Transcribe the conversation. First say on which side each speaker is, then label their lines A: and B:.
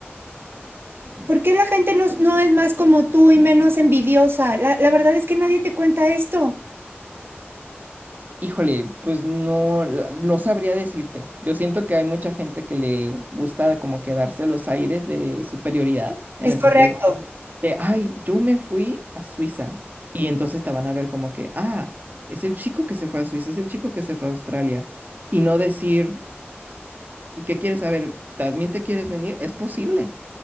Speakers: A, on the right; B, on the right.
A: ¿Por qué la gente no, no es más como tú y menos envidiosa? La, la verdad es que nadie te cuenta esto.
B: Híjole, pues no, la- no sabría decirte. Yo siento que hay mucha gente que le gusta como que darse los aires de superioridad, en
A: Es
B: el
A: correcto.
B: sentido de de, ay, yo me fui a Suiza. Y entonces te van a ver como que, ah, es el chico que se fue a Suiza, es el chico que se fue a Australia. Y no decir, ¿y qué quieres saber? ¿También te quieres venir? Es posible.